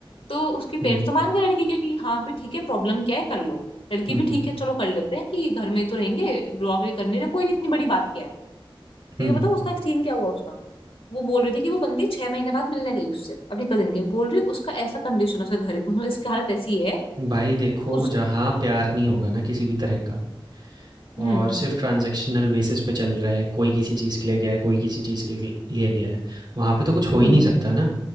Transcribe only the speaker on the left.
तो उसके पेरेंट्स
तो मान गए लड़की के कि हाँ भाई ठीक है प्रॉब्लम क्या है कर लो लड़की
भी
ठीक है चलो कर लेते हैं कि घर में ही तो रहेंगे नौकरी करने रहे कोई नहीं इतनी बड़ी बात क्या है तो
ये बताओ उसका सीन क्या हुआ उसका वो बोल रही थी कि वो बंदी छह महीने बाद मिलने गई उससे अपनी कजिन के बोल रही उसका ऐसा कंडीशन उसका घर मतलब इसकी हालत ऐसी है
उस
हम्म
हम्म